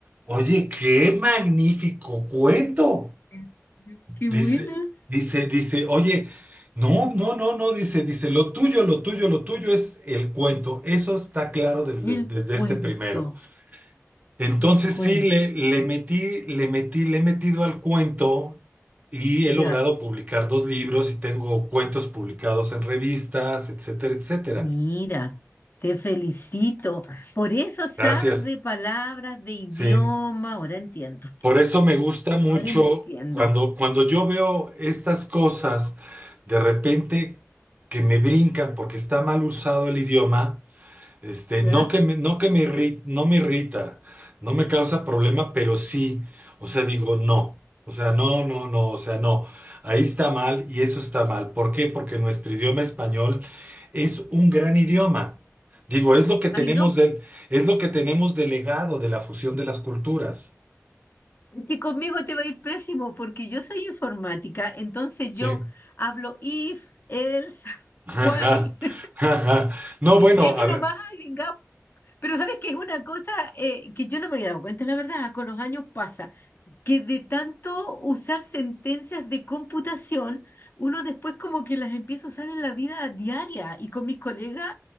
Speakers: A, on the right; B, on the left.
A: oye, qué magnífico cuento.
B: En serio, Qué
A: Dice,
B: buena.
A: dice, dice, oye, no, no, no, no, dice, dice, lo tuyo, lo tuyo, lo tuyo es el cuento. Eso está claro desde,
B: El
A: desde
B: cuento.
A: este primero. Entonces
B: El cuento.
A: sí, le, le metí, le metí, le he metido al cuento y
B: Ya.
A: he logrado publicar dos libros y tengo cuentos publicados en revistas, etcétera, etcétera.
B: Mira. Te felicito. Por eso sabes
A: Gracias.
B: de palabras, de idioma.
A: Sí.
B: Ahora entiendo.
A: Por eso me gusta mucho
B: Ahora entiendo.
A: cuando, cuando yo veo estas cosas de repente que me brincan porque está mal usado el idioma, este,
B: ¿Ya?
A: no que me, no que me irri- no me irrita, no me causa problema, pero sí, o sea, digo no, o sea, no, no, no, o sea, no, ahí está mal y eso está mal. ¿Por qué? Porque nuestro idioma español es un gran idioma. Digo, es lo que tenemos
B: Ay, no,
A: del, es lo que tenemos delegado de legado de la fusión de las culturas,
B: es que conmigo te va a ir pésimo porque yo soy informática, entonces
A: ¿sí?
B: yo hablo if, else, <laughs>
A: <laughs> Ajá,
B: while. <laughs>
A: ajá. No, bueno,
B: Es
A: a
B: de
A: ver,
B: lo más agringado Pero sabes que es una cosa eh, que yo no me había dado cuenta, la verdad, con los años pasa, que de tanto usar sentencias de computación, uno después como que las empieza a usar en la vida diaria. Y con mis colegas